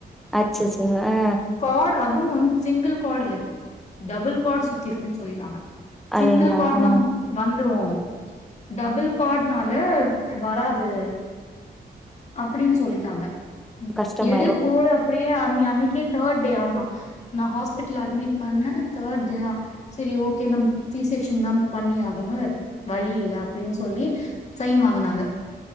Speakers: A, in the centre; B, on the left (about 40°).
A: அச்சச்சோ ஆ
B: கார்டு அதுவு வந்து சிங்கிள் கார்டு இல்ல டபுள் கார்ட் சுத்தி இருக்குன்னு சொல்லிட்டாங்க சிங்கிள்
A: அதுல்லா
B: கார்ட்னாம்
A: ஆ
B: வந்துரூ டபுள் கார்ட்னால வராது அப்படின்னு சொல்லிட்டாங்க
A: கஷ்டமாயிரு
B: எடு போடு அப்படியே அ அன்னக்கே தேர்ட் டே ஆமா நா ஹாஸ்பிடல் அட்மிட் பண்ண தேர்ட் டே தா சரி ஓகே நம் சீ செக்ஷ்ன் தா பண்ணியாகணு வழி இல்ல அப்படின்னு சொல்லி சைன் வாங்குனாங்க